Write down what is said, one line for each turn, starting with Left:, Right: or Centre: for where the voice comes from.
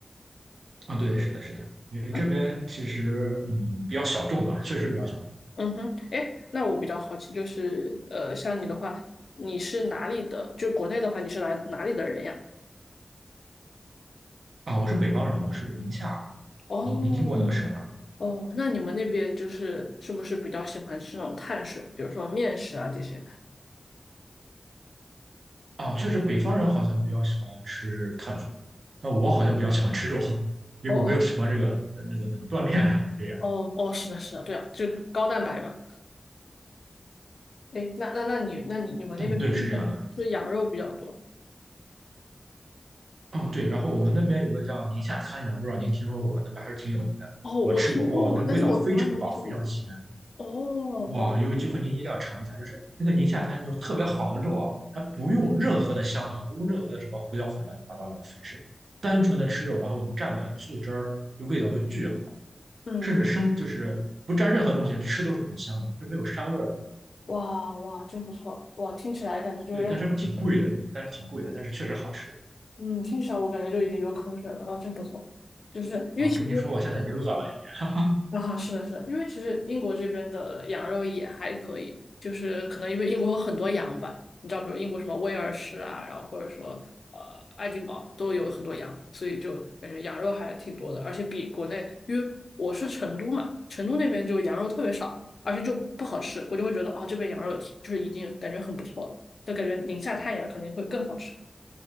Right: 啊，对，是的，是的，因为这边其实嗯比较小众吧，
Left: 嗯
Right: 确实比较小众
Left: <laughs> 嗯哼，哎，那我比较好奇，就是呃，像你的话，你是哪里的？就国内的话，你是来哪里的人呀？
Right: 啊。我是北方人，我是宁夏，
Left: 哦
Right: 您您听过那个省吗？
Left: 哦，那你们那边就是是不是比较喜欢吃那种碳水，比如说面食啊这些？
Right: 啊，确实北方人好像比较喜欢吃碳水，但我好像比较喜欢吃肉，因为我比较喜欢这个那个那个锻炼啊这样。
Left: 哦哦哦哦，是的，是的，对啊，就高蛋白嘛。哎，那那那你那你你们那边是不是是羊肉比较多？
Right: 嗯，对，是这样的。嗯，对，然后我们那边有个叫宁夏滩羊不知道您听说过吗？那边还是挺有名的。
Left: 哦，
Right: 我吃过，
Left: 我听说过，
Right: 哇，那个味道非常棒，
Left: 但是我从来没吃过。
Right: 非常鲜。
Left: 哦，
Right: 哇，
Left: 哇，
Right: 有机会您一定要尝一下，就是那个宁夏滩就是特别好的肉啊，它不用任何的香料，不用任何的什么胡椒粉、乱七八糟的粉饰，单纯的吃肉，然后你蘸点醋汁儿，就味道就巨好，
Left: 嗯，
Right: 甚至生就是不蘸任何东西吃都是很香的，就没有膻味儿的
Left: 哇哇，真不错，哇，听起来感觉就是让我，
Right: 对，但是挺贵的，对但是挺贵的，但是确实好吃
Left: 嗯，听起来我感觉就已经流口水了，啊，真不错，就是因为其实
Right: 啊。跟您说，我现在已经饿了，有点。<laughs>
Left: 啊，是的，是的，因为其实英国这边的羊肉也还可以，就是可能因为英国有很多羊吧，你知道，比如英国什么威尔士啊，然后或者说呃爱丁堡都有很多羊，所以就感觉羊肉还挺多的，而且比国内，因为我是成都嘛，成都那边就羊肉特别少，而且就不好吃，我就会觉得哦，这边羊肉就是已经感觉很不错了，就感觉宁夏太阳肯定会更好吃